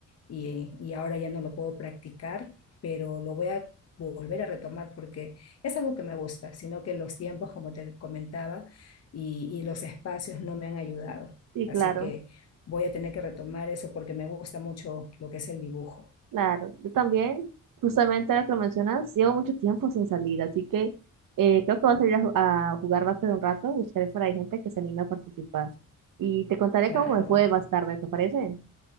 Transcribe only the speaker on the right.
sí,
claro,
claro. Yo también, justamente ahora que lo mencionas, llevo mucho tiempo sin salir, así que eh, creo que voy a salir a, ju- a jugar básquet un rato, buscaré por ahí gente que se anime a participar. Y te contaré
cómo me fue más tarde, ¿te parece?